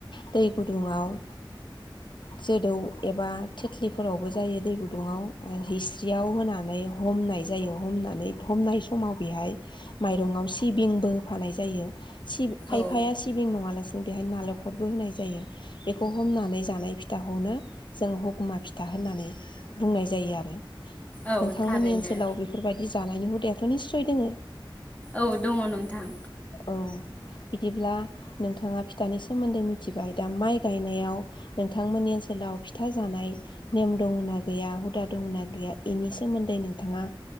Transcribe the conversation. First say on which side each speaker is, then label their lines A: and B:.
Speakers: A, on the left; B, on the left.
A: दै गुदुङाव जोदौ एबा थेथ्लिफोरावबो जायो दै गुदुङाव जिस्रियाव होनानै हमनाय जायो हमनानै हमनाय समाव बेहाय माइरंआव सिबिंबो होफानाय जायो। सि खायफाया
B: औ
A: सिबिं नङालासे। जों बेहायनो नालेंखरबो होनाय जायो बेखौ हमनानै जानाय फिथाखौनो जों हगुमा फिथा होननानै बुंनाय जायो आरो।
B: औ
A: नोंथांमोननि
B: थारैनो
A: ओनसोलाव बेफोरबादि। जानायनि हुदायाथ निस्सय दोङो।
B: औ दङ नोंथां।
A: औ बिदिब्ला। नोंथाङा फिथानि सोमोन्दै मिथिबाय दा माइ गायनायाव नोंथांमोननि ओनसोलाव फिथा जानाय नेम दङ ना गैया हुदा दङ ना गैया एनि सोमोन्दै नोंथाङा